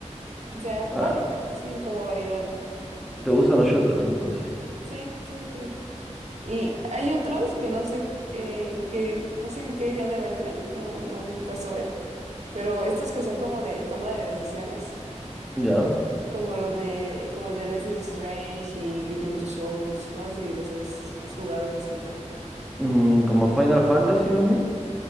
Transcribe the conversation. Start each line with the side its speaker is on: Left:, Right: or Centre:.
Right: o sea,
Centre: Ah,
Right: varios, así como variedad, ¿no?
Centre: ¿te gustan los shooters entonces?
Right: Sí, sí, fíjate. Y hay otros que no sé, qué- eh, que no sé en qué género entren, no, no me he puesto a ver, pero estos que son como de toma de decisiones
Centre: Ya.
Right: como los de, como el de Life is Strange y Beyond Two Souls. No sé si los has, has jugado, has escuchado.
Centre: Mm, como Final Fantasy más bien.